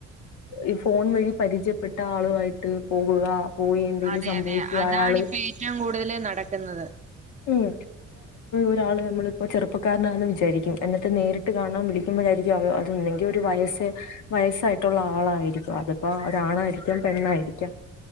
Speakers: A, on the left; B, on the right.
A: ഈ ഫോൺ വഴി പരിചയപ്പെട്ട ആളുമായിട്ട് പോകുക പോയി എന്തെങ്കിലും
B: അതെ
A: സംഭവിക്കുക
B: അതെ അതാണ്
A: അയാള്
B: ഇപ്പ ഏറ്റവും കൂടുതൽ നടക്കുന്നത്.
A: ഉം ഒരാൾ നമ്മളിപ്പോ ചെറുപ്പക്കാരനാണെന്ന് വിചാരിക്കും എന്നിട്ട് നേരിട്ട് കാണാൻ വിളിക്കുമ്പോയായിരിക്കും ആയിരിക്കും അത് ഒന്നെങ്കിൽ ഒരു വയസ്സ്, വയസായിട്ടുള്ള ആളായിരിക്കും അത്പ്പോ ഒരു ആണായിരിക്കും പെണ്ആയി കഴിക്കാം